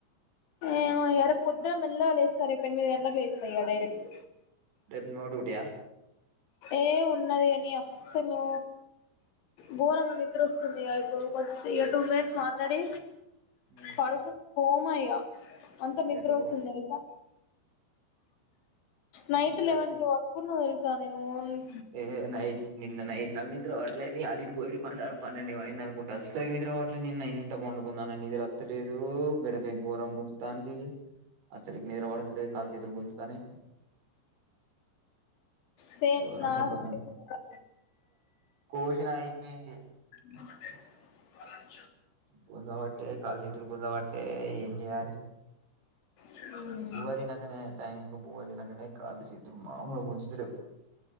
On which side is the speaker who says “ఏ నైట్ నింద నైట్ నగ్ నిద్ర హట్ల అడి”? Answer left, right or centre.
Right